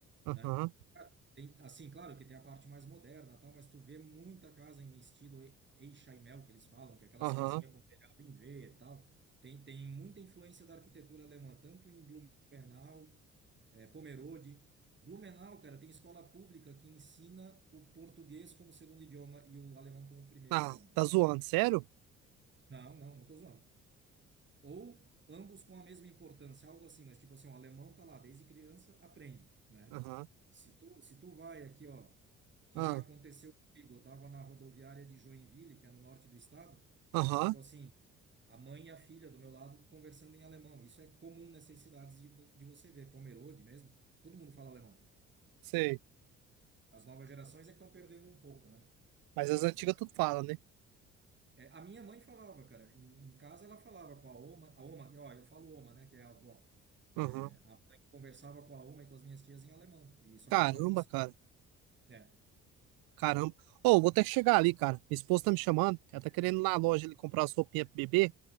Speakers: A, on the right (about 70°); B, on the right (about 30°).
A: aham,
B: né? Tem, assim, claro que tem a parte mais moderna, tal, mas tu vê muita casa em estilo E- Eichheimel, que eles falam, que é aquelas
A: aham.
B: casinhas com telhado em V e tal. Tem, tem muita influência da arquitetura alemã, tanto em Blumenau, eh, Pomerode. Blumenau, cara, tem escola pública que ensina o português como segundo idioma e o alemão como primeiro
A: Ah,
B: idioma.
A: tá zoando, sério?
B: Não, não, não tô zoando. Ou ambos com a mesma importância, algo assim, mas tipo assim, o alemão tá lá desde criança, aprende, né?
A: Aham,
B: Se tu, se tu vai aqui, ó, que
A: ah,
B: já aconteceu comigo, eu tava na rodoviária de Joinville, que é no norte do estado,
A: aham,
B: tipo assim, a mãe e a filha do meu lado conversando em alemão. Isso é comum nessas cidades de, vo- de você ver, Pomerode mesmo, todo mundo fala alemão.
A: sei.
B: As novas gerações é que estão perdendo um pouco, né?
A: Mas as antigas tudo fala, né?
B: É, a minha mãe falava, cara, em, em casa ela falava com a Oma, a Oma, e, ó, eu falo Oma, né, que é a avó. É,
A: Aham.
B: a mãe conversava com a Oma e com as minhas tias em alemão, e só
A: Caramba,
B: que ela não me ensinou.
A: cara.
B: É,
A: Caramba. Ô, vou ter que chegar ali, cara. Minha esposa tá me chamando. Ela tá querendo ir lá na loja ali comprar as roupinhas pro bebê.